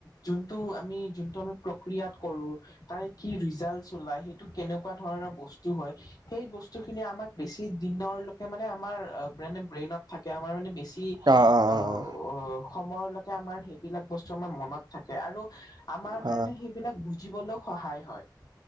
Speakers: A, on the left; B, on the right.
A: যোনটো আমি, যোনটো আমি প্ৰক্ৰিয়াত কৰো। তাৰে কি ৰিজাল্ট ওলাই সেইটো কেনেকুৱা ধৰণৰ বস্তু হয় সেই বস্তু খিনি আমাক বেছি দিনৰলৈকে মানে আমাৰ মানে ব্ৰেইনত থাকে, আমাৰ মানে বেছি
B: অঁ, অঁ,
A: অ'
B: অঁ, অঁ।
A: সময়লৈকে আমাৰ সেইবিলাক বস্তু আমাৰ মনত থাকে, আৰু আমাৰ
B: হা,
A: কাৰণে সেই এইবিলাক বুজিবলৈও সহায় হয়।